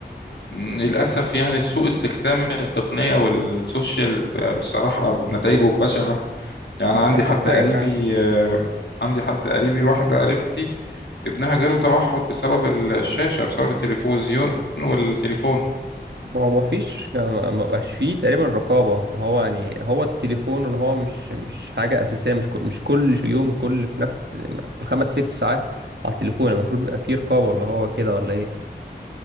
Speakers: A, on the left (about 80°); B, on the right (about 75°).
A: مم، للأسف يعني سوء استخدام التقنية والسوشيال ب- بصراحة نتائجه بشعة يعني أنا عندي
B: مش احسن
A: حد
B: حاجه
A: قريبي
B: فعلا
A: آه، عندي حد قريبي واحدة قريبتي ابنها جاله توحد بسبب الشاشة بسبب التلفزيون والتليفون
B: ما هو ما فيش ما ما بقاش فيه تقريبا رقابة اللي هو يعني هو التليفون اللي هو مش مش حاجة أساسية مش كل- مش كل يوم كل في نفس بالخمس ست ساعات على التليفون المفروض بيبقى فيه رقابة اللي هو كده ولا إيه